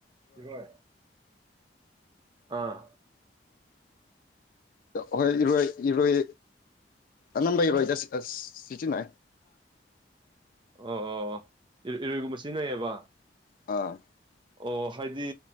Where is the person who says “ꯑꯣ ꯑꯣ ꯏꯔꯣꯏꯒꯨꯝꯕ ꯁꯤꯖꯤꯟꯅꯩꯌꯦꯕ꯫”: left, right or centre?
Right